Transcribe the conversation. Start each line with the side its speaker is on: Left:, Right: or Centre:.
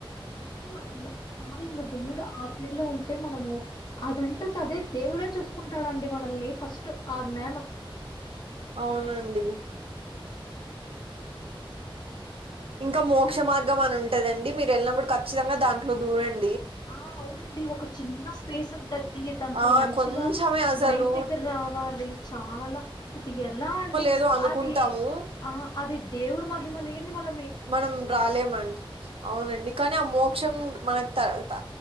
Left: అంటే మనం ఒక్కసారి మా దేవుడు ఆజ్ఞలో ఉంటే మనము అదంటే సరే దే వుడే చూసుకుంటాడండి మనల్ని ఫస్ట్ ఆ జ్ఞానం
Right: అవునండి ఇంక మోక్ష మార్గం అని ఉంటదండి మీరు ఎళ్ళినప్పుడు ఖచ్చితంగా దాంట్లో దూరం
Left: ఆ అవునండి ఒక చిన్న స్పేస్ ఉంటది. తీ దాంట్లో
Right: ఆ
Left: మంచిగ
Right: కొంచెమే అసలు
Left: బయటికి రావాలి చాలా అది ఎలా అండి
Right: ఏదో అనుకుంటాము
Left: అది ఆ అది దేవుడ్ మహిమ లేంది మల
Right: మనం రాలేమండి అవునండి కానీ ఆ మోక్షం మనకు త త